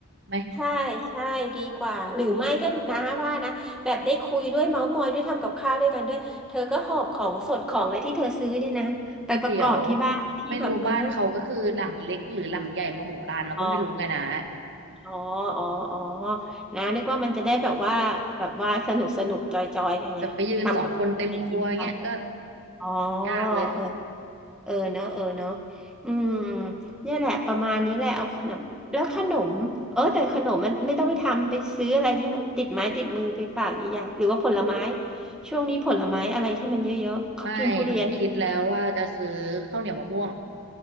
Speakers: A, on the right; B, in the centre.
A: ไหม
B: ใช่ใช่ ดีกว่า หรือไม่ก็น้าว่านะ แบบได้คุยด้วยเมาท์มอยด้วยทำกับข้าวด้วยกันด้วยเธอก็หอบของสดของอะไรที่เธอซื้อเนี่ยนะไปประกอบที่บ้านที่แบบเออ
A: เดี๋ยวไม่รู้บ้านเขาก็คือหลังเล็กหรือหลังใหญ่มโหฬารเราก็ไม่รู้ไงนะ
B: อ๋ออ๋ออ๋ออ๋อนะนึกว่ามันจะได้แบบว่าแบบว่าสนุกสนุกจอยจอยกันไงทำกับข้าวไปกินไป
A: เดี๋ยวไปยืนสองคนเต็มครัวเงี้ยก็
B: อ๋อ
A: ยากเลย
B: เออ เออเนาะเออเนาะอืมเนี่ยแหละประมาณนี้แหละเอาขนมแล้วขนมเออแต่ขนมมันไม่ต้องไปทำไปซื้ออะไรที่มันติดไม้ติดมือไปฝากอีกอย่างหรือว่าผลไม้ช่วงนี้ผลไม้อะไรที่มันเยอะๆเขากินทุเรียน
A: ไม่หนูคิดแล้วว่าจะซื้อข้าวเหนียวมะม่วง